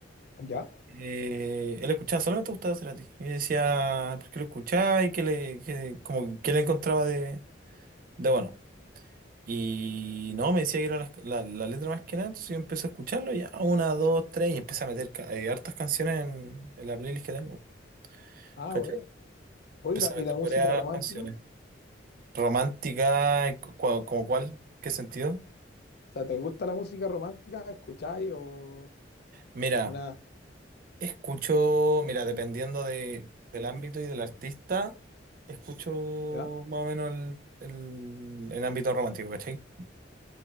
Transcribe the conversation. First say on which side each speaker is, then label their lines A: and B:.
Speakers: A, on the left; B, on the right.
A: ¿Ya?
B: eh, él escuchaba solamente Gustavo Cerati y yo decía, ¿por qué lo escuchaba? Y que le, que, como, que le encontraba de, de bueno. Y no, me decía que era la, la- la letra más que nada, entonces yo empecé a escucharlo ya, una, dos, tres, y empecé a meter ca- eh, hartas canciones en, en la playlist que tengo.
A: Ah,
B: ¿Cachai?
A: bueno. Oye,
B: Empecé
A: ¿la-
B: a
A: ¿y
B: meter
A: la música
B: varias
A: romántica?
B: canciones.
A: O
B: Romántica, y cu- cua- ¿como cuál? ¿Qué sentido?
A: sea, ¿te gusta la música romántica? ¿Escucháis o
B: Mira,
A: una...
B: escucho, mira, dependiendo de, del ámbito y del artista, escucho
A: ¿Ya?
B: más o menos el, el, el ámbito romántico, ¿cachai?